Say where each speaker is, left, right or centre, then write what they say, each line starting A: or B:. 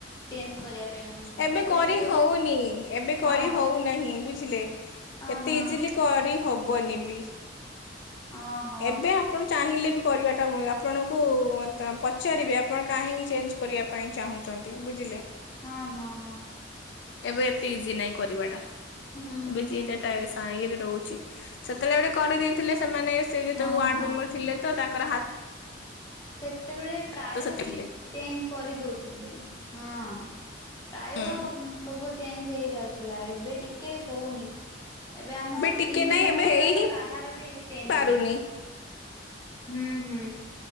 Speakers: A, on the left (about 20°); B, on the left (about 65°).
A: ଚେଞ୍ଜ କରିବା ପାଇଁ
B: ଏବେ
A: ସାର୍ଟିଫିକେଟ
B: କରି ହଉନି ଏବେ
A: ହଁ
B: କରି ହଉନାହିଁ ବୁଝିଲେ?
A: ହଁ
B: ଏତେ
A: ହଁ
B: ଇଜିଲି କରି ହବନି ବି
A: ହଁ ହଁ
B: ଏବେ ଆପଣ ଚାହିଁଲେ ବି କରିବାଟା ଆପଣଙ୍କୁ ପଚାରିବେ ଆପଣ କାହିଁକି ଚେଞ୍ଜ୍ କରିବା ପାଇଁ ଚାହୁଁଛନ୍ତି ବୁଝିଲେ
A: ହଁ ହଁ ହଁ
B: ଏବେ ଏତେ ଇଜି ନାହିଁ କରିବାଟା।
A: ହୁଁ
B: ଏବେ
A: ହୁଁ
B: ଯିଏ ଯାଟା ଇଏରେ ରହୁଚି ସେତେବେଳେ ଗୋଟେ କରିଦେଇଥିଲେ ସେମାନେ ସେ ଯେତେଳେ
A: ହଁ
B: ୱାର୍ଡ
A: ହଁ
B: ମେମ୍ବର୍ ଥିଲେ ତ ତାଙ୍କର ହା
A: ସେତେବେଳେ ପ୍ରାୟ
B: ତ ସେଥିଥିଲେ
A: ହେଇ ଚେଞ୍ଜ୍ କରିଦଉଥିଲେ ହଁ ପ୍ରାୟ
B: ହୁଁ
A: ସବୁ ଚେଞ୍ଜ୍ ହେଇଯାଉଚି। ଲା ଏବେ ଟିକେ ହଉନି ଏବେ ଆମ
B: ଟିକେ
A: ତିନି
B: ନାଇଁ
A: ଜଣ
B: ଏବେ
A: ଜାଆର
B: ହେଇ ହିଁ
A: କାହାର ବି ଚେଞ୍
B: ପାରୁନି।
A: ହେଇନି। ହୁଁ ହୁଁ।